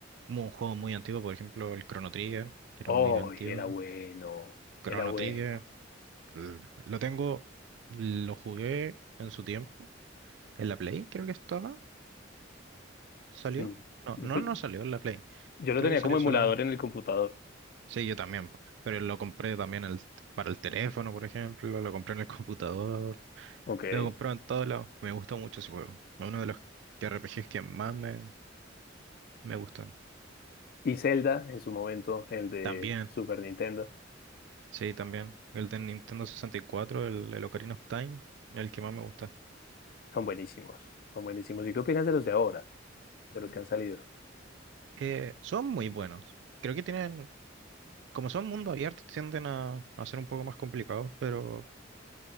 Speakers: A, on the right (about 65°); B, on the left (about 50°).
A: Un juego muy antiguo, por ejemplo, el Chrono Trigger, que era
B: Oh,
A: muy antiguo.
B: y era bueno,
A: Chrono
B: era bueno.
A: Trigger, l- lo tengo, lo jugué en su tiempo, en la Play, creo que estaba, salió.
B: Mm.
A: No,
B: Yo
A: no,
B: pues,
A: no salió en la Play,
B: yo lo
A: creo
B: tenía
A: que salió
B: como emulador
A: solamente
B: en el computador.
A: Sí, yo también, po. pero lo compré también el- para el teléfono, por ejemplo, lo compré en el computador,
B: Ok.
A: lo compré en todos lados. Me gustó mucho ese juego. Uno de los RPGs que más me, me gustan.
B: Y Zelda en su momento, el de
A: También,
B: Super Nintendo.
A: sí, también. El de Nintendo 64, el, el Ocarina of Time, el que más me gusta.
B: Son buenísimos, son buenísimos. ¿Y qué opinas de los de ahora, de los que han salido?
A: Eh, son muy buenos. Creo que tienen, como son mundo abierto, tienden a, a ser un poco más complicados, pero,